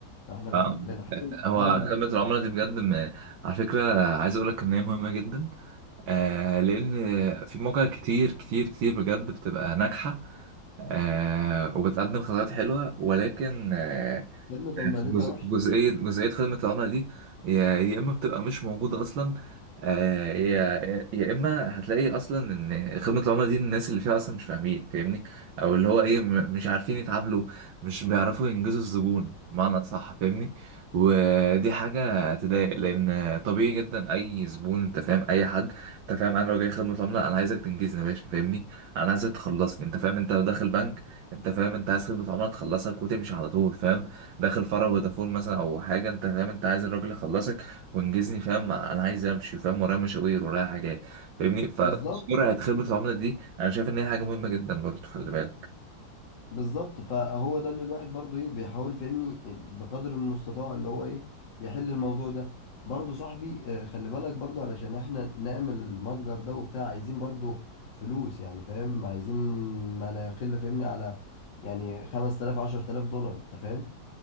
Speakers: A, on the left; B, on the right.
A: فاحنا بن-
B: ف-
A: بنحاول
B: هو
A: اه ب-
B: خدمة العملاء دي بجد م- على فكرة عايز اقول لك ان هي مهمة جدا آه لان في مواقع كتير كتير كتير بجد بتبقى ناجحة آه وبتقدم خدمات حلوة ولكن آه،
A: خدمة عملتها
B: في جزء-
A: وحش
B: جزئية جزئية خدمة العملاء دي يا يا إما بتبقى مش موجودة أصلا آه، يا يا إما هتلاقي أصلا إن خدمة العملاء دي الناس اللي فيها أصلا مش فاهمين فاهمني أو اللي هو إيه م- مش عارفين يتعاملوا مش بيعرفوا ينجزوا الزبون بمعنى صح فاهمني ودي حاجة تضايق لأن طبيعي جدا أي زبون أنت فاهم أي حد أنت فاهم أنا لو جاي خدمة عملاء أنا عايزك تنجزني يا باشا فاهمني أنا عايزك تخلصني أنت فاهم أنت لو داخل بنك أنت فاهم أنت عايز خدمة عملاء تخلصك وتمشي على طول فاهم داخل فرع فودافون مثلا او حاجه انت فاهم انت عايز الراجل يخلصك وانجزني فاهم انا عايز امشي فاهم ورايا مشاوير ورايا حاجات فاهمني فسرعه
A: بالظبط
B: خدمه العملاء دي انا شايف ان هي حاجه مهمه جدا برضه خلي بالك
A: بالظبط فهو ده اللي الواحد برضو ايه بيحاول فهمني بقدر المستطاع اللي هو ايه يحل الموضوع ده برضو صاحبي آه، خلي بالك برضو علشان احنا نعمل المتجر ده وبتاع عايزين برضو فلوس يعني فاهم عايزين ما لا يقل فهمني على يعني 5000 10000 دولار انت فاهم